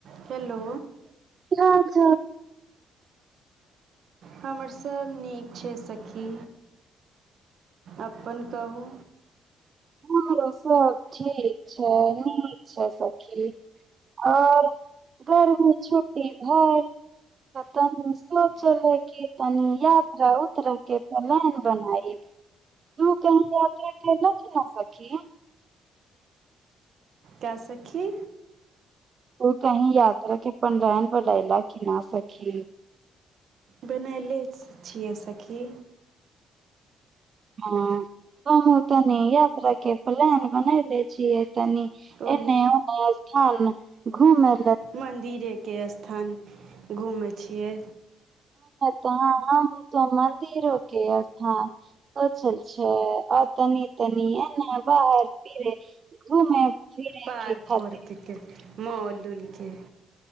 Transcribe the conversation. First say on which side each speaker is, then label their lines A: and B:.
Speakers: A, on the right; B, on the right.
A: हेलो
B: आंघ
A: हमर सभ नीक छै सखी अपन कहू
B: ह सब ठीक छै नीक छै सखी आओर गरमी छुट्टी भ तऽ तनि सोचलै क तनी यात्रा उतर के प्लान बनाय रू के यात्रा कल सखी
A: के सखी
B: तो कहीं यात्रा के पलान बनैला की नहि सखी
A: बनयले छियै सखी
B: हँ त हम तनी यात्रा के प्लान बनै ले छिय तनी
A: ओहि
B: एने ओने फोन घूमै
A: मंदिरे के स्थान घुमे छै छियै
B: त हम त मन्दिरो के स्थान सोचल छै आ तनि तनि एने बाहर फिरे घूमे फिरे
A: पार्क
B: के खातिर
A: आओर देखेब मौल दुलके